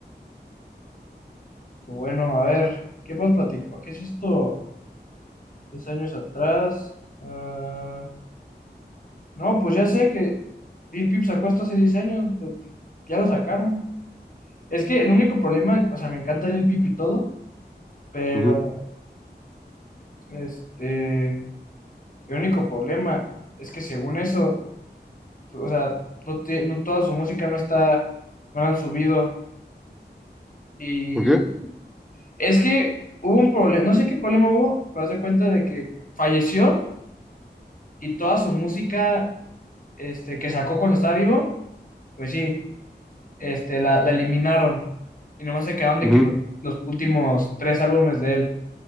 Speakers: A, on the left; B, in the centre.
A: Pues Bueno, a ver, ¿qué más platico ¿Qué es esto? 10 años atrás. Ah, no, pues ya sé que Lil Peep sacó esto hace 10 años. pues, Ya lo sacaron. Es que el único problema, o sea, me encanta Lil Peep y todo, pero
B: ujú.
A: este. El único problema es que según eso, pues, o sea, no, te- no toda su música no está, no la han subido. Y
B: ¿Por qué?
A: es que hubo un problema, no sé qué problema hubo, pero haz de cuenta de que falleció y toda su música este, que sacó cuando estaba vivo, pues sí, este, la, la eliminaron. Y nomás se quedaron de
B: Ujú.
A: que los, los últimos tres álbumes de él.